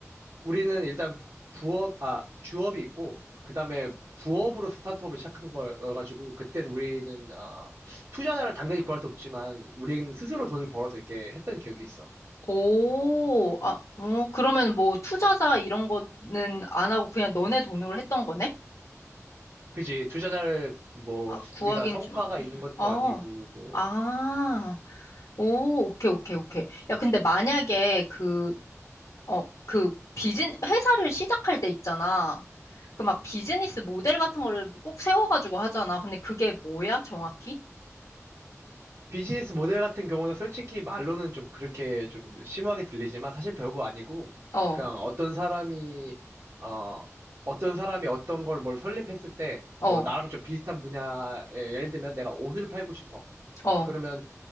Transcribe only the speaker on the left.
오, 아, 어, 그러면 뭐 투자자 이런 거는 안 하고 그냥 너네 돈으로 했던 거네?
아, 구하긴
좀,
예.
어,
아, 오, 오케이, 오케이, 오케이. 야, 근데 만약에 그, 어, 그 비즈니, 회사를 시작할 때 있잖아. 그 막 비즈니스 모델 같은 거를 꼭 세워가지고 하잖아. 근데 그게 뭐야, 정확히?
어,
어,
어,